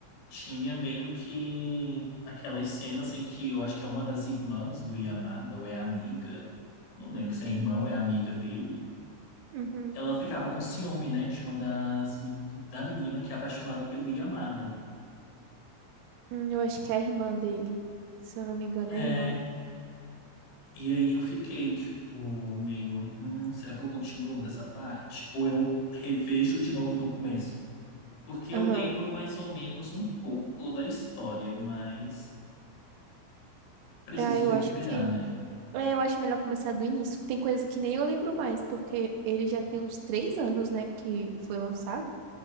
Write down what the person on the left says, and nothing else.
tinha meio que aquelas cenas em que eu acho que é uma das irmãs do Yamada, ou é amiga, não lembro se é irmã ou é amiga dele.
Ela ficava com ciúme, né, de uma das, me- da menina que é apaixonada pelo Yamada.
É,
E aí eu fiquei, tipo, meio, "Hum, será que eu continuo dessa parte? Ou eu revejo de novo do começo? Porque eu
lembro mais ou menos um pouco da história, mas preciso
recuperar,
né?